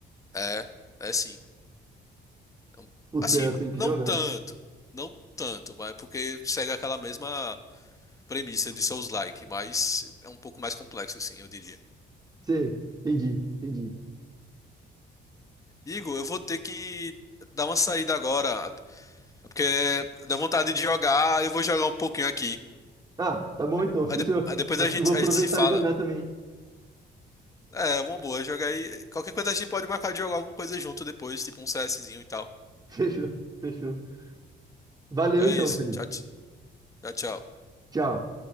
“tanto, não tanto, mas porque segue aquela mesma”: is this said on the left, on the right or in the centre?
Left